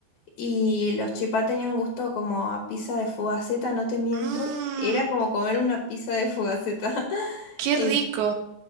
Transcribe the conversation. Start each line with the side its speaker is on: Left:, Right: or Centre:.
Left: Y los chipá tenían gusto como a pizza de fugaceta, no te miento.
Right: Mmm,
Left: Era como comer una pizza de fugaceta. <laughs>
Right: Qué
Left: Eh,
Right: rico.